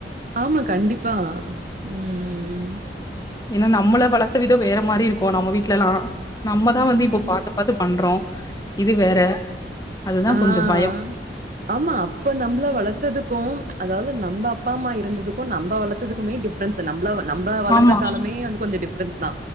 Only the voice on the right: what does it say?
ஆமா கண்டிப்பா ம்
ஆ.
ஆமா அப்ப நம்ள வளத்ததுக்கும் அதாவது நம்ப அப்பா அம்மா இருந்ததுக்கு நம்ப வளத்ததுக்குமே டிஃப் ஃப்ரென்ஸ் நம்ல நம்ம வளந்த
காலமே அந்து கொஞ்சோ டிஃப்ரன்ஸ்தா